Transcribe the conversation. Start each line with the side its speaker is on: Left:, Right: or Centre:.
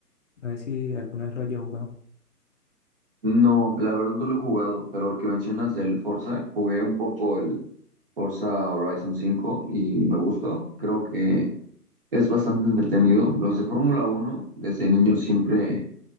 Left: No sé si alguna vez lo haya jugado.
Right: no, la verdad no lo he jugado, pero el que mencionas del Forza, jugué un poco el Forza Horizon cinco y me gustó. Creo que Es bastante entretenido. Los de Fórmula uno desde niño siempre